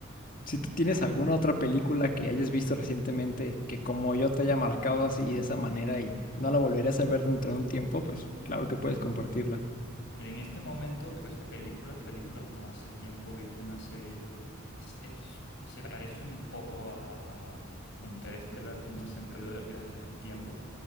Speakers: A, on the left; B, on the left.
A: Si tú tienes alguna otra película que hayas visto recientemente que como yo te haya marcado así de esa manera y no la volverías a ver dentro de un tiempo, pues claro que puedes compartirla.
B: En este momento, pues películas, películas no. Hace tiempo vi fue una serie, es- es- se parece un poco a, a, a Interestelar en el sentido del viaje del tiempo.